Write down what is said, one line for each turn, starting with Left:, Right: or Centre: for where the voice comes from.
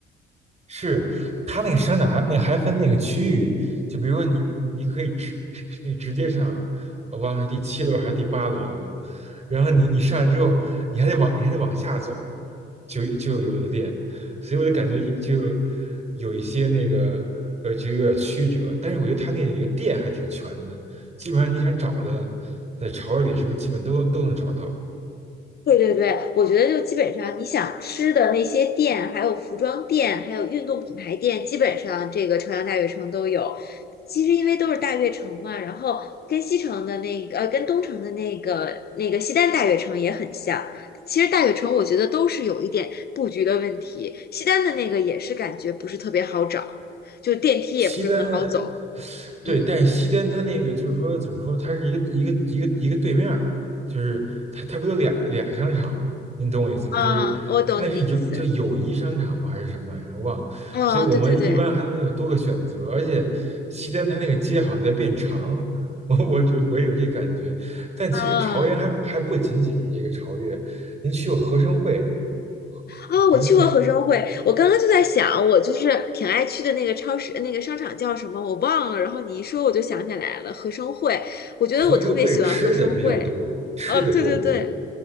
Right: 是它那个商场还那个还分那个区域，就比如说你你你可以直你直接上，我忘了是第七楼还是第八楼了吧，然后你你上来之后，你还得往你还得往下走，就就有的店，所以我就感觉就有一些那个呃就有点曲折，但是我觉得它那里的店还挺全的，基本上你想找的在潮市里是不是基本都都能找到，
Left: 对对对，我觉得就基本上你想吃的那些店，还有服装店，还有运动品牌店，基本上这个朝阳大悦城都有。其实因为都是大悦城嘛，然后跟西城的那个呃，跟东城的那个那个西单大悦城也很像。其实大悦城我觉得都是有一点布局的问题，西单的那个也是感觉不是特别好找，就电梯也不是很好走。
Right: 西单，
Left: 嗯。
Right: 对，但是西单它那个就是说怎么说，它是一个一个一个一个对面儿就是它它不有俩俩商场吗？您懂我意思吗？
Left: 啊，
Right: 就是那是友叫友谊商场吗？
Left: 我懂你的意思。
Right: 还是什么玩意儿？我忘了。
Left: 哦，
Right: 所以我们一般还能有多个选择，
Left: 对对对，
Right: 而且西单它那个街好像在变长，我我觉我也有这感觉。但其实朝阳还还不仅仅是这个朝越，
Left: 啊
Right: 您去过合生汇吗？合合生汇
Left: 啊，我去过合生汇，我刚刚就在想，我就是挺爱去的那个超市，那个商场叫什么我忘了，然后你一说我就想起来了，合生汇。我觉得我特别喜欢合生汇。
Right: 合生汇吃的比较多，吃的多，
Left: 哦，对对对，
Right: 我觉得